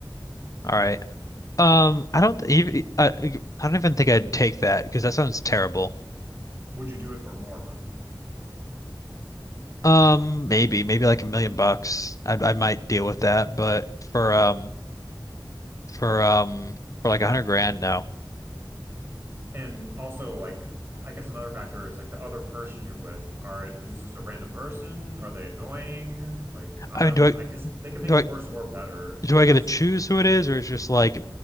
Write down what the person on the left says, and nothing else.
All right. Um, I don't th- even I, I don't even think I'd take that because that sounds terrible.
Um, maybe maybe like a million bucks. I I might deal with that, but for um for um for like a hundred grand, no.
I mean,
do
I
do
I
do
I get to choose who it is, or is just like